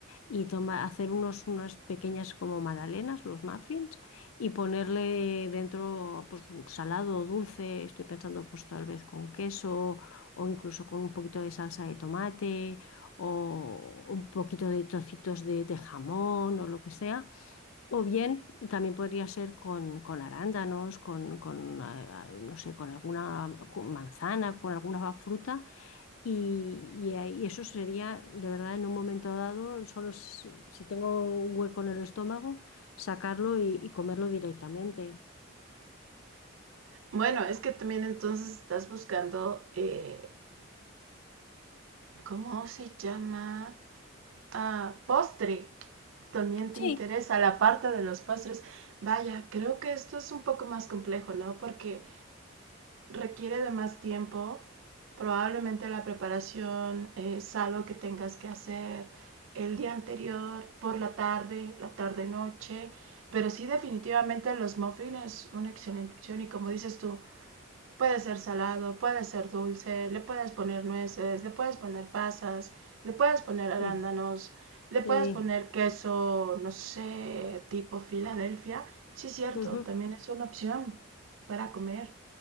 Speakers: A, on the left; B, on the right.
A: y toma, hacer unos, unas pequeñas como magdalenas, los muffins, y ponerle dentro pues salado o dulce, estoy pensando pues tal vez con queso o incluso con un poquito de salsa de tomate o un poquito de trocitos de de jamón o lo que sea o bien también podría ser con, con arándanos, con, con, ah, no sé, con alguna con manzana, con alguna fruta. Y, y ahí- y eso sería, de verdad, en un momento dado, solo es- si tengo un hueco en el estómago, sacarlo y, y comerlo directamente.
B: Bueno, es que también entonces estás buscando, eh, ¿cómo se llama? Ah, postre. También te
A: Sí,
B: interesa la parte de los postres. Vaya, creo que esto es un poco más complejo, ¿no? Porque requiere de más tiempo, probablemente la preparación es algo que tengas que hacer el día anterior, por la tarde, la tarde-noche, pero sí definitivamente los muffins es una excelente opción y como dices tú, puede ser salado, puede ser dulce, le puedes poner nueces, le puedes poner pasas, le puedes poner arándanos,
A: sí,
B: le puedes
A: sí.
B: poner queso, no sé, tipo Filadelfia. Sí, cierto,
A: ujú.
B: también es una opción para comer.